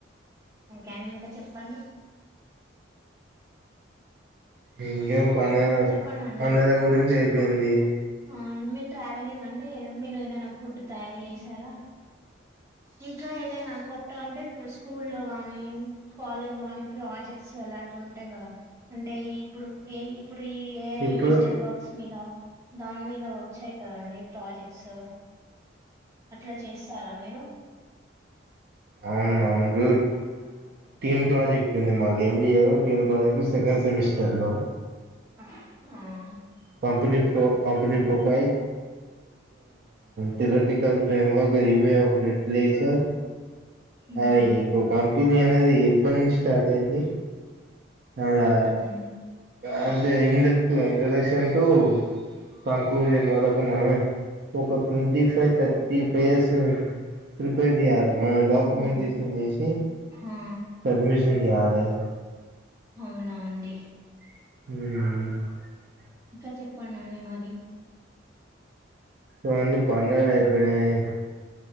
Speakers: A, on the right (about 15°); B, on the right (about 55°).
A: ఇంకా అండి ఇంక చెప్పండి.
B: ఇంకేం పండగ
A: ఇంకా చెప్పండండి
B: పండగల గురించి అయిపోయింది.
A: అవును మీ ట్రావెలింగ్ అంటే ఎద మీరు ఏదైనా ఫుడ్ తయారు చేసారా? ఇంకా ఏదైనా కొత్త అంటే ఇప్పుడు స్కూల్ లో గానీ కాలేజ్ లో గానీ ప్రాజెక్ట్స్ అలాంటివి ఉంటాయి గదా. అంటే ఇప్పుడు ఏ ఇప్పుడు ఈ ఏఐ
B: ఇప్పుడు
A: డిజిటల్ వర్క్స్ మీద దాని మీద వచ్చాయి కదాండి ప్రాజెక్ట్స్ అట్లా చేస్తారా మీరు?
B: అవునవును గుడ్. టీమ్ ప్రాజెక్ట్ ఉంది మాకు ఎంబీఏలో టీం ప్రాజెక్టు సెకండ్ సెమిస్టర్లో
A: ఉమ్
B: company company profile theoretical framework review of replace of
A: ఉమ్
B: అది ఇప్పుడు కంపెనీ అనేది ఎప్పటి నుంచి స్టార్ట్ అయ్యంది. అలా
A: ఉమ్
B: అంటే ఇండక్ట్ ఇంట్రడక్షన్ టు థ్యాంక్ జన్మలకు మనమే ఒక twenty five thirty pages prepare చేయాల డాక్యుమెంటేషన్
A: ఉమ్
B: చేసి
A: ఆ
B: సబ్మిషన్ చేయాలి.
A: అవునా అండి
B: మ్ హు
A: ఇంకా చెప్పండి మరి
B: ఏముంది పనులన్నీ అయిపోయాయి.